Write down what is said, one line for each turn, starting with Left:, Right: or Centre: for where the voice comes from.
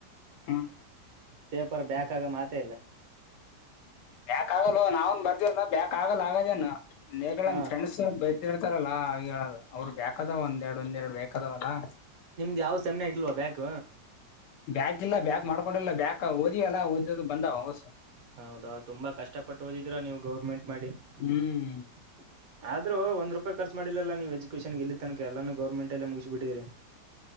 Left: ಹ್ಮ್
Right: ಪೇಪರ್ ಬ್ಯಾಕ್ ಆಗ ಮಾತೇ ಇಲ್ಲ.
Left: ಬ್ಯಾಕ್ ಆಗಲ್ಲೋ ನಾವನ್ ಬರ್ತಿವಲ್ಲ ಬ್ಯಾಕ್ ಆಗಲ್ಲ ಆಗದೇನ ನೆಗುಲಾಮ್
Right: ಹಾ
Left: ನಮ್ ಫ್ರೆಂಡ್ಸ್ ಬ. <unintelligible> ಇರ್ತಾರಲ್ಲ ಆಗ ಹೇಳದು ಅವ್ರು ಬ್ಯಾಕ್ ಅದಾವ ಒಂದೆರಡು ಒಂದೆರಡು ಬ್ಯಾಕ್ ಅದವಲ್ಲಾ..
Right: ನಿಮ್ದು ಯಾವ್ ಸೇಮ್ ನಾಗ್ ಇಲ್ವಾ ಬ್ಯಾಕ್.
Left: ಬ್ಯಾಕ್ ಇಲ್ಲ ಬ್ಯಾಕ್ ಮಾಡ್ಕೊಂಡಲ್ಲ ಬ್ಯಾಕ್ ಓದಿವ ಎಲ್ಲ ಓದಿದ್ವು ಬಂದವ ಅವಸು.
Right: ಹೌದಾ ತುಂಬಾ ಕಷ್ಟಪಟ್ಟು ಓದಿದಿರಾ ನೀವು ಗೌರ್ಮೆಂಟ್ ಮಾಡಿ.
Left: ಹ್ಮ್.
Right: <unintelligible> ಆದ್ರೂ ಒಂದು ರೂಪಾಯಿ ಖರ್ಚ ಮಾಡಿಲ್ಲಲ್ಲ ನೀವು ಎಜುಕೇನ್ಗೆಲ್ಲಿ ತನಕ ಎಲ್ಲಾನೂ ಗವರ್ನಮೆಂಟ್ ಎಲ್ಲೇ ಮುಗಿಸಿ ಬಿಟ್ಟಿದೀರಿ.